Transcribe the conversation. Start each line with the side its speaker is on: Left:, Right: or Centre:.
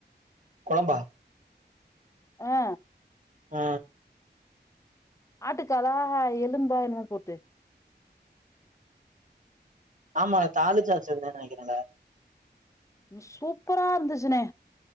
Right: கொழம்பா
Left: ஆ
Right: ஆ
Left: ஆட்டுக்காலா எலும்பா என்னமோ போத்து
Right: ஆமா அத தாலிச்சாச்சில்ல நெனைக்கிறேன்ல
Left: ம் சூப்பரா இருந்துச்சுணே